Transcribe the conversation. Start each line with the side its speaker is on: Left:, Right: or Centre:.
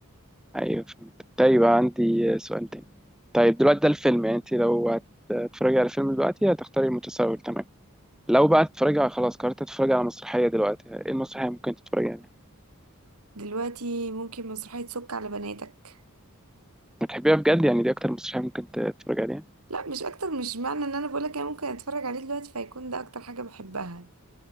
Centre: ايوه فهمت طيب عندي آه، سؤال تاني طيب دلوقتي ده الفيلم يعني انت لو هتتفرجي على فيلم دلوقتي هتختاري المتسول تمام لو بقى هتتفرجي على خلاص قررت تتفرجي على مسرحيه دلوقتي ايه المسرحيه ممكن تتفرجي عليها
Right: دلوقتي ممكن مسرحية سك على بناتك
Centre: بتحبيها بجد يعني دي اكتر مسرحيه ممكن تتفرجي عليها
Right: لا مش أكتر مش معنى إن أنا بقولك أنا ممكن أتفرج عليه دلوقتي فيكون ده أكتر حاجة بحبها